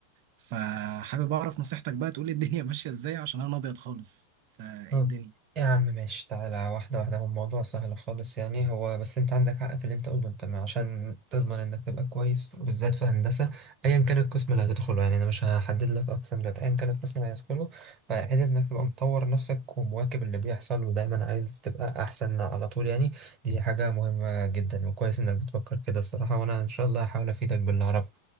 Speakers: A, on the right; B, on the right.
A: فحابب اعرف نصيحتك بقى تقولي الدنيا <laughs> ماشيه ازاي عشان انا ابيض خالص فايه
B: طب
A: الدنيا
B: يا عم ماشي تعالى واحدة واحدة هو الموضوع سهل خالص يعني هو بس انت عندك حق في اللي انت قلته انت عشان تضمن انك تبقى كويس بالذات في هندسة ايا كان القسم اللي هتدخله يعني انا مش هحدد لك اقسام دلوقتي ايا كان القسم اللي هتدخله فحته انك تبقى مطور نفسك ومواكب اللي بيحصل ودايما عايز تبقى احسن على طول يعني دي حاجة مهمة جدا وكويس انك بتفكر كده الصراحة وانا ان شاء الله هحاول افيدك باللي اعرفه